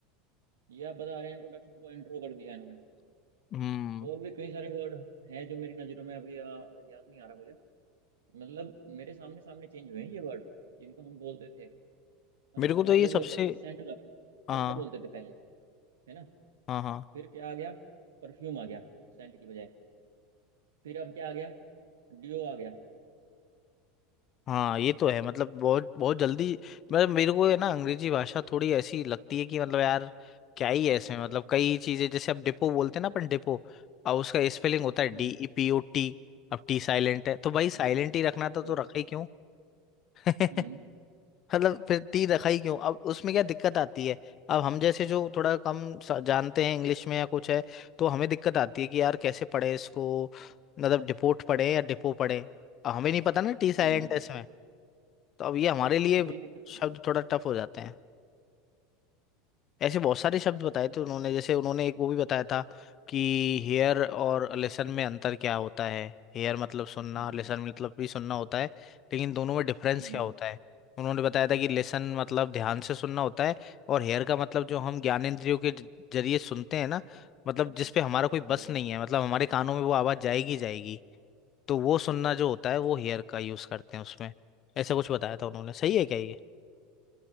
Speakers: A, on the right; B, on the left.
A: ये आप बता रहे हैं इंट्रोडक्शन को इंट्रो कर दिया इन्होंने
B: हम्म
A: और भी कई सारे वर्ड हैं जो मेरी नजरों में अभी आ, याद नहीं आ रहा मुझे मतलब मेरे सामने सामने चेंज हुए हैं ये वर्ड जिनको हम बोलते थे अ, पहले
B: मेरे को तो ये
A: लोग
B: सबसे
A: कहते थे सेंट
B: हाँ
A: सेंट बोलते थे पहले है ना
B: हाँ हाँ
A: फिर क्या आ गया परफ्यूम आ गया सेंट की बजाय फिर अब क्या आ गया डियो आ गया
B: हाँ ये तो है मतलब बहुत बहुत जल्दी मतलब मेरे को है ना अंग्रेजी भाषा थोड़ी ऐसी लगती है कि मतलब यार क्या ही है इसमें मतलब कई चीजें जैसे अब डिपो बोलते हैं ना अपन डिपो अब उसका स्पेलिंग होता है
A: हम्म
B: डी ई पी ओ टी अब टी साइलेंट है तो भाई
A: हम्म
B: साइलेंट ही रखना
A: decor,
B: था तो रखा ही क्यों <laughs>
A: हम्म
B: मतलब फिर तीर रखा ही क्यों अब उसमें क्या दिक्कत आती है अब हम जैसे जो थोड़ा कम सा- जानते हैं इंग्लिश में या कुछ है तो हमें दिक्कत आती है कि यार कैसे पढ़े इसको मतलब डिपोट पढ़े या डिपो पढ़े अब हमें नहीं पता ना टी साइलेंट
A: हम्म
B: है इसमें तो अब ये हमारे लिए
A: हाँ वही दिक्कत है
B: शब्द
A: ना
B: थोड़ा टफ हो जाते हैं ऐसे बहुत सारे शब्द बताए थे उन्होंने जैसे उन्होंने एक वो भी बताया था कि हेयर और लिसन में अंतर क्या होता है हेयर मतलब सुनना
A: हम्म
B: लिसन मतलब भी सुनना होता है लेकिन दोनों में डिफरेंस
A: हम्म
B: क्या होता है उन्होंने बताया था कि लिसन मतलब ध्यान से सुनना होता है और हेयर का मतलब जो हम ज्ञान इंद्रियों के ज- जरिए सुनते हैं ना मतलब
A: हम्म
B: जिस पे हमारा कोई बस
A: हम्म,
B: नहीं है मतलब हमारे कानों में वो आवाज जाएगी ही जाएगी तो वो सुनना जो होता है वो हेयर का यूज करते हैं उसमें ऐसा
A: हम्म।
B: कुछ बताया था उन्होंने सही है क्या ये